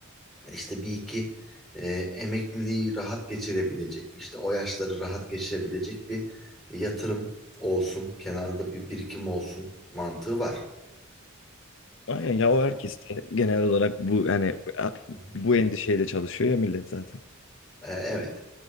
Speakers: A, in the centre; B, on the left.
A: işte bir iki e, emekliliği rahat geçirebilecek işte o yaşları rahat geçirebilecek bir yatırım olsun. Kenarda bir birikim olsun mantığı var.
B: Aynen ya o
A: E,
B: herkes de genel olarak bu yani a-
A: Hı hı.
B: bu endişeyle çalışıyor ya millet zaten.
A: E, evet.